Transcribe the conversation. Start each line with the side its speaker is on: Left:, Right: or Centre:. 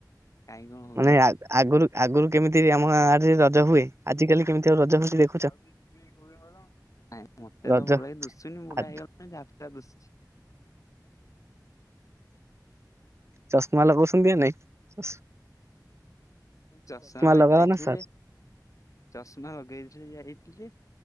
Left: କାଇଁ କଣ ହଉଛି
Right: ମାନେ
Left: କି
Right: ଆଗ ଆଗ ଆଗରୁ ଆଗରୁ କେମିତି ଆମ ଆଡରେ ରଜ ହୁଏ। ଆଜିିକାଲି କେମିତି ଆଉ ରଜ ହେଉଛି।
Left: ଯାଉଛି ଯିବି କୁଣିଆ ଘର ମତେ
Right: ରଜ
Left: ତ ଭଲ ହେଇକି ଦୁଶୁନି ବୁଢା
Right: ଆ
Left: ହେଇଗଲାଣି ଦୁଶୁଛି
Right: ଚଶମା ଲଗାଉଛନ୍ତି କି ନାହିଁ।
Left: ଚଷମା ପାଇଁ
Right: ଲଗାଅ
Left: ଯାଇଥିଲି
Right: ନା ସାର୍?
Left: ଯେ। ଚଷମା ଲଗେଇଥିଲେ ଯାଇଥିଲି।